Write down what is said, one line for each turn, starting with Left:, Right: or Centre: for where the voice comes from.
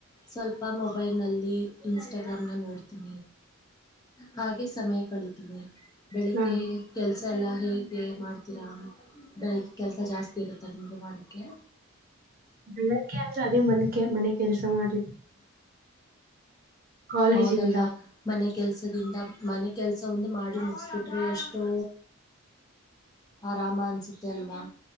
Left: ಸ್ವಲ್ಪ ಮೊಬೈಲ್ ನಲ್ಲಿ ಇನ್ಸ್ಟಾಗ್ರಾಮ್ ನ ನೋಡ್ತ ಹಾಗೆ ಸಮಯ ಕಳಿತೀನಿ ಬೆಳಿಗ್ಗೆ
Right: ಹ
Left: ಕೆಲ್ಸ ಸ ಎಲ್ಲ ಹೇಗೆ ಮಾಡ್ತೀರಾ ಬೆಳಗ್ಗೆ ಕೆಲಸ ಜಾಸ್ತಿ ಇರುತ್ತೆ ತಲಿಂಗ ಮಾಡಾಡಕ್ಕೆ
Right: ಬೆಳಗ್ಗೆ ಅಂದ್ರೆ ಅದೇ ಮನ್ಗೆ ಮನೆಗೆ ಕೆಲಸ ಮಾಡ ಕಾಲೇಜ್
Left: ಹೌದಲ್ವಾ
Right: ಇಲ್ದಾಗ
Left: ಮನೆ ಕೆಲ್ಸದಿಂದ ಮನೆ ಕೆಲ್ಸ ಒಂದು ಮಾಡಿ ಮುಗಸ್ಕಿಟ್ರಿ ಎಷ್ಟೋ ಆರಾಮನ್ಚ ತಲ್ವಾ